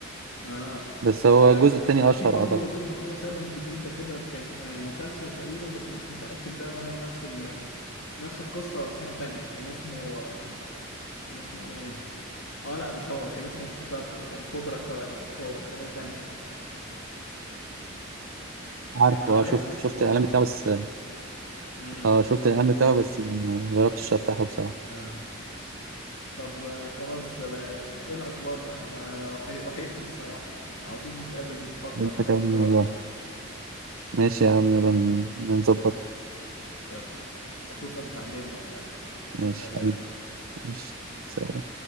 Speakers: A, on the left; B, on the right.
A: اه
B: بس هو
A: ده
B: الجزء
A: ك-
B: التاني
A: كان
B: اشهر
A: في برضه
B: اعتقد
A: منه حاجة شبه جديدة كده كان آه، مسلسل تقريبا بس مش متأكد ده هل نفس ال... نفس القصة ولا حاجة تانية كان اسمه آه، كان اسمه ايه؟ اه لا مش هو كان اسمه افتكرته كان كوبرا كاي مش هو ده حاجة تانية ده
B: عارفه
A: كان على
B: اه شفت
A: نتفليكس
B: شفت
A: برضه
B: الاعلان بتاعه بس
A: امم
B: اه شفت الاعلان بتاعه بس ما جربتش افتحه بصراحه
A: آه. طب آه، خلاص بقى ايه الأخبار بقى أنا وحي- وحشني الصراحة عاوزين نتقابل فترة
B: انت
A: من
B: كمان
A: الفترات
B: والله ماشي يا عم نبقى
A: يلا
B: نظبطها
A: يلا أشوفك بعدين بقى يلا
B: ماشي
A: سلام
B: حبيبي ماشي سلام